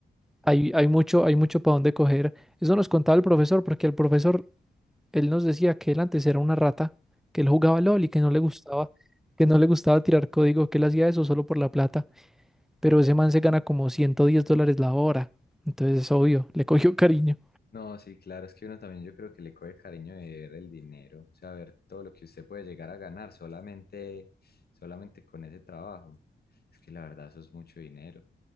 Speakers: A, in the centre; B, on the left.
A: Hay, hay mucho, hay mucho para dónde coger. Eso nos contaba el profesor, porque el profesor, él nos decía que él antes era una rata, que él jugaba LOL y que no le gustaba, que no le gustaba tirar código, que él hacía eso solo por la plata. Pero ese man se gana como 110 dólares la hora. Entonces es obvio, le cogió <laughs> cariño.
B: No, sí, claro, es que uno también yo creo que le coge cariño de ver el dinero, o sea, ver todo lo que usted puede llegar a ganar solamente, solamente con ese trabajo. Es que la verdad eso es mucho dinero.